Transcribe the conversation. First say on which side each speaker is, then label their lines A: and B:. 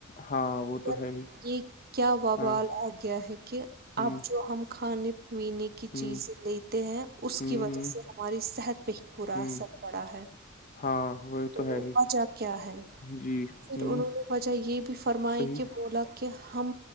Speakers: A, on the left; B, on the right.
A: ہاں وہ
B: مگر
A: تو ہے ہی
B: یہ کیا ووال
A: ہاں
B: آ گیا ہے کہ
A: ہ
B: اب جو ہم کھانے پینے کی
A: ہ
B: چیز لیتے ہیں اس
A: ہوں
B: کی وجہ
A: ہوں
B: سے ہماری صحت پہ ہی با
A: ہوں
B: اثر پڑا ہے
A: ہاں وہ
B: تو
A: ہے ہی
B: بچا کیا ہے
A: جی
B: پھر
A: ہوں
B: انہوں نے وجہ یہ بھی فرمائی
A: صحیح
B: کہ بولا کہ ہم